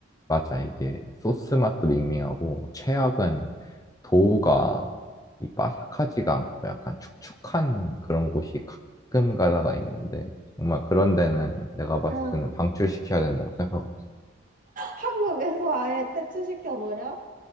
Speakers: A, on the left; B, on the right.
A: 맞아. 이게 소스 맛도 밍밍하고, 최악은 도우가 이 바삭하지가 않고 약간 축축한 그런 곳이 가끔 가다가 있는데, 정말 그런 데는 내가 봤을
B: 응,
A: 때는 방출시켜야 된다고 생각하고,
B: 한국에서 아예 퇴출시켜버려?